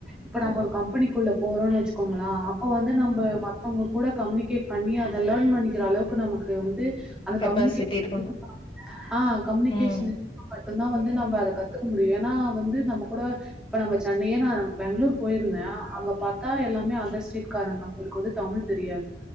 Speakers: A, in the centre; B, on the left.
A: இப்ப நம்ம ஒரு கம்பெனிக்குள்ள போறோன்னு வச்சுக்கோங்களே அப்ப வந்து நம்ம மத்தவங்க கூட கம்யூனிகேட் பண்ணி அத லேர்ன் பண்ணிக்கிற அளவுக்கு நமக்கு வந் து அந்த
B: கெப்பாசிட்டி
A: கம்யூனிகேஷன்
B: இருக்கணு
A: இருந்தா ஆஹ்
B: ம்
A: மட்டுந்தா வந்து நம்ம அது கத்துக்க முடியு ஏன்னா வந்து நம்ம கூட இப்ப நம்ம சென்னையே நான் பெங்களூர் போயிருந்தே அங்க பாத்தா எல்லாமே அதர் ஸ்டேட்காரங்க அவ்ங்ளுக்கு வந்து தமிழ் தெரியாது